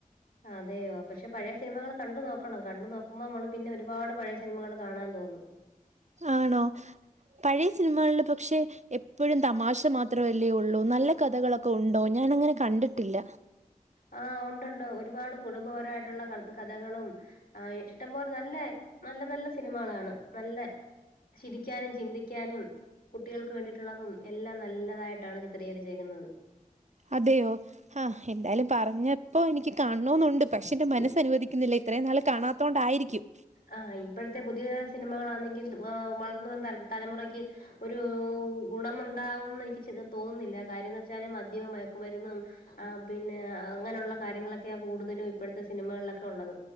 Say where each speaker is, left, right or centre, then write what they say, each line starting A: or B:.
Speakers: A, on the left (about 85°); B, on the right (about 55°).
A: അതെയോ? പക്ഷെ പഴയ സിനിമകൾ കണ്ടു നോക്കണം. കണ്ടു നോക്കുമ്പോ നമ്മൾ പിന്നെ ഒരുപാട് പഴയ സിനിമകൾ കാണാൻ തോന്നും.
B: ആണോ പഴയ സിനിമകളിൽ പക്ഷെ എപ്പോഴും തമാശ മാത്രമല്ലേ ഉള്ളൂ? നല്ല കഥകളൊക്കെ ഉണ്ടോ? ഞാൻ അങ്ങനെ കണ്ടിട്ടില്ല.
A: ആഹ് ഉണ്ട് ഉണ്ട് ഒരുപാട് കുടുംബപരമായിട്ടുള്ള കത് കഥകളും ആ ഇഷ്ടം പോലെ നല്ല നല്ല നല്ല സിനിമകളാണ് നല്ല ചിരിക്കാനും, ചിന്തിക്കാനും, കുട്ടികൾക്ക് വേണ്ടിയിട്ടുള്ളതും, എല്ലാം നല്ലതായിട്ടാണ് ചിത്രീകരി ചെക്കുന്നത്.
B: അതെയോ? ആഹ് എന്തായാലും പറഞ്ഞപ്പോ എനിക്ക് കാണണോന്നുണ്ട്. പക്ഷെ എന്റെ മനസ്സ
A: ഇ
B: അനുവദിക്ക കിനില്ല ഇത്രയും നാള് കാണാതോണ്ടായിരിക്കും.
A: ആ ഇപ്പോഴത്തെ പുതിയാ സിനിമകളാണെങ്കിൽ വളർന്നു വന്ന തലമുറയ്ക്ക് ഒരു ഗുണംമുണ്ടാവുംന്ന് എനിക്ക് തോന്നുന്നില്ല. കാര്യംന്ന് വെച്ചാല് മദ്യവും, മയക്കുമരുന്നും. ആ പിന്നെ അങ്ങനെയുള്ള കാര്യങ്ങളൊക്കെയാ കൂടുതലും ഇപ്പോഴത്തെ സിനിമകളിലൊക്കെ ഉള്ളത്.